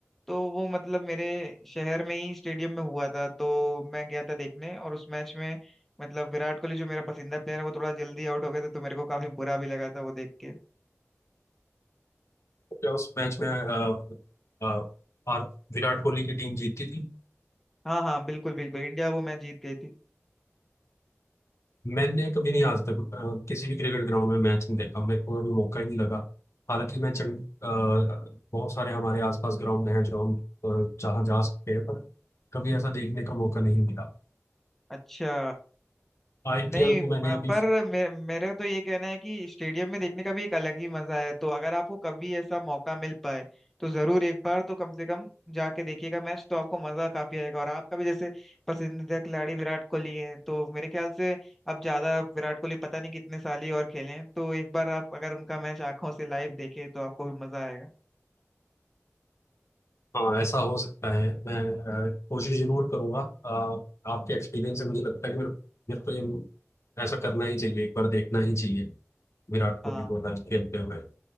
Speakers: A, in the centre; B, on the left.
A: तो वो मतलब मेरे शहर में ही स्टेडियम में हुआ था तो मैं गया था देखने और उस मैच में मतलब विराट कोहली जो मेरा पसंदीदा प्लेयर है वो थोड़ा जल्दी आउट हो गए थे तो मेरे को काफी बुरा भी लगा था वो देख के
B: क्या उस मैच में आ, आ, आर, विराट कोहली की टीम जीती थी
A: हाँ हाँ बिल्कुल बिल्कुल इंडिया वो मैच जीत गई थी
B: मैंने कभी नहीं आज तक अ, किसी भी क्रिकेट ग्राउंड में मैच नहीं देखा मेरे को भी मौका ही नहीं लगा हालांकि मैं चंड अ, बहुत सारे हमारे आसपास ग्राउंड हैं जो हम अ, जहाँ जा सकते हैं पर कभी ऐसा देखने का मौका नहीं मिला
A: अच्छा
B: आईपीएल
A: नहीं
B: को
A: अ,
B: मैंने अभी
A: पर मे, मेरे तो ये कहना है कि स्टेडियम में देखने का भी एक अलग ही मजा है तो अगर आपको कभी ऐसा मौका मिल पाए तो जरूर एक बार तो कम से कम जाके देखिएगा मैच तो आपको मजा काफी आएगा और आपका भी जैसे पसंदीदा खिलाड़ी विराट कोहली है तो मेरे ख्याल से अब ज्यादा विराट कोहली पता नहीं कितने साल ही और खेले हैं तो एक बार आप अगर उनका मैच आंखों से लाइव देखें तो आपको भी मजा आएगा
B: हाँ ऐसा हो सकता है मैं अ, कोशिश जरूर करूंगा अ, आपके एक्सपीरियंस से मुझे लगता है कि मेरे मेरे को ये ऐसा करना ही चाहिए एक बार देखना ही चाहिए विराट कोहली
A: हाँ
B: को लाइक खेलते हुए